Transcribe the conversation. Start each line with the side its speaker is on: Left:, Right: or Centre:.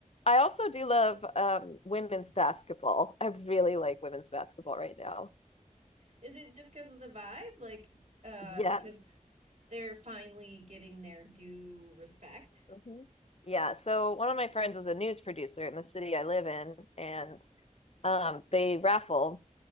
Left: I also do love um, women's basketball. I really like women's basketball right now.
Right: Is it just because of the vibe? Like, uh,
Left: Yes.
Right: because they're finally getting their due respect?
Left: Mhm. Yeah. So one of my friends is a news producer in the city I live in, and um, they raffle